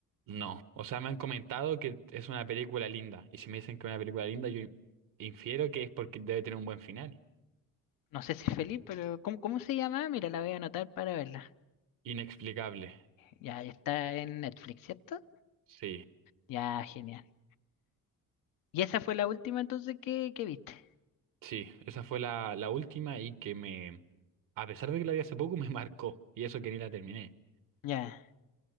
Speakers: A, on the right (about 75°); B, on the left (about 85°).
A: No, o sea, me han comentado que es una película linda, y si me dicen que es una película linda, yo infiero que es porque debe tener un buen final.
B: No sé si es feliz, pero ¿cómo, cómo se llama? Mira, la voy a anotar para verla.
A: Inexplicable,
B: Ya, está en Netflix, ¿cierto?
A: sí.
B: Ya, genial. ¿Y esa fue la última entonces que, que viste?
A: Sí, esa fue la, la última y que me, a pesar de que la vi hace poco, <laughs> me marcó. Y eso que ni la terminé.
B: Ya.